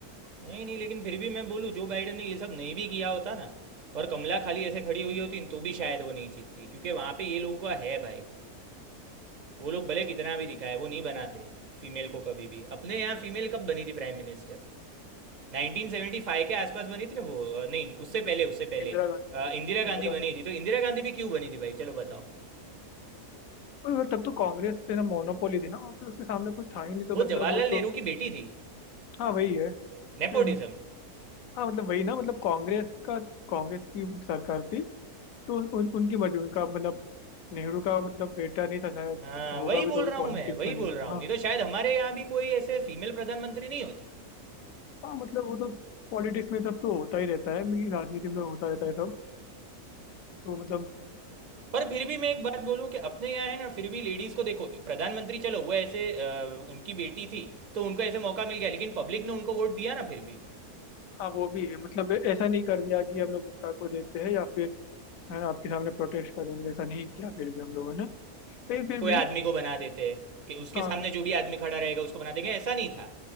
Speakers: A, on the right; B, on the left.
A: नहीं नहीं लेकिन फिर भी मैं बोलूँ जो बाइडन ने ये सब नहीं भी किया होता ना और कमला खाली ऐसे खड़ी हुई होती तो भी शायद वो नहीं जीतती क्योंकि वहां पे ये लोगों का है भाई वो लोग भले कितना भी दिखाए वो नहीं बनाते फीमेल को कभी भी अपने यहाँ फीमेल कब बनी थी प्राइम मिनिस्टर 1975 के आसपास बनी थी ना वो अ, नहीं उससे पहले उससे पहले
B: इंदिरा गांधी
A: अ, इंदिरा
B: इंदिरा
A: गांधी बनी
B: गांधी
A: थी तो इंदिरा गांधी भी क्यों बनी थी भाई चलो बताओ
B: पर तब तो कांग्रेस से ना मोनोपोली थी ना और फिर उसके सामने कोई था ही नहीं तो
A: वो
B: मतलब
A: जवाहरलाल
B: वो तो
A: नेहरू की बेटी थी
B: हाँ वही है हम्म
A: नेपोटिज्म
B: हाँ मतलब वही ना मतलब कांग्रेस का कांग्रेस की सरकार थी तो उन, उनकी मर्जी उनका मतलब नेहरू का मतलब बेटा नहीं था शायद
A: हाँ
B: तो होगा
A: वही
B: भी
A: बोल
B: तो
A: रहा
B: भी पॉलिटिक्स
A: हूँ मैं वही
B: में नहीं
A: बोल
B: होगा
A: रहा हूँ
B: हाँ
A: नहीं तो शायद हमारे यहाँ भी कोई ऐसे फीमेल प्रधानमंत्री नहीं होती
B: हाँ मतलब वो तो पॉलिटिक्स में सब तो होता ही रहता है मेरी राजनीति में तो होता रहता है सब तो मतलब
A: पर फिर भी मैं एक बात बोलूँ कि अपने यहाँ है ना फिर भी लेडीज़ को देखो प्रधानमंत्री चलो वो ऐसे अ, उनकी बेटी थी तो उनको ऐसे मौका मिल गया लेकिन पब्लिक ने उनको वोट दिया ना फिर भी
B: हाँ वो भी है मतलब ऐसा नहीं कर दिया कि हम लोग नोटा को देते हैं या फिर है ना, आपके सामने प्रोटेस्ट करेंगे ऐसा नहीं किया फिर भी हम लोगों ने फिर फिर
A: कि कोई
B: भी
A: आदमी को बना देते कि उसके
B: हाँ
A: सामने जो भी आदमी खड़ा रहेगा उसको बना देंगे ऐसा नहीं था